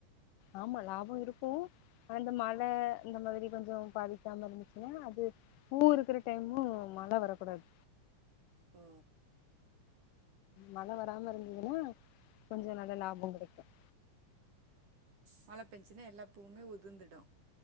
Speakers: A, on the left (about 85°); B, on the right (about 70°).
A: ஆமா லாபம் இருக்கும் அந்த மழ இந்த மாதிரி கொஞ்சோ பாதிக்காம இருந்துச்சுன்ன அது பூ இருக்கிற டைமும் மழ வரக்கூடாது
B: ஓ
A: மழ வராம இருந்ததுன்னா கொஞ்சோ நல்ல லாபம் கிடைக்கும்
B: மழ பெஞச்சுனா எல்லா பூவுமே உதிந்துடும்